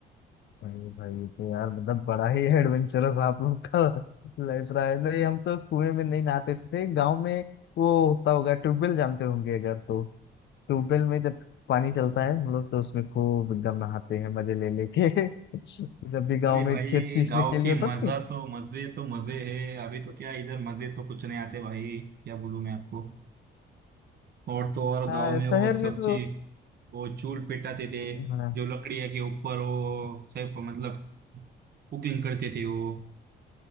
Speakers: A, on the left; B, on the right.
A: अरे भाई ये तो यार मतलब बड़ा ही एडवेंचरस आप लोग का <laughs> लाइफ रहा है नहीं हम तो कुएं में नहीं नहाते थे गांव में वो होता होगा ट्यूबवेल जानते होंगे अगर तो ट्यूबवेल में जब पानी चलता है हम लोग तो उसमें खूब एकदम नहाते हैं मजे ले लेके <laughs> जब भी गांव
B: अरे
A: में
B: भाई
A: खेत सींचने
B: गांव
A: के लिए
B: की
A: होता
B: मजा
A: नहीं
B: तो मजे तो मजे है अभी तो क्या इधर मजे तो कुछ नहीं आते भाई क्या बोलूं मैं आपको और तो और
A: हाँ
B: गांव में वो
A: शहर
B: सब्जी
A: में तो
B: वो चूल पिटाते थे
A: हाँ
B: जो लकड़िया के ऊपर वो सब मतलब कुकिंग करते थे वो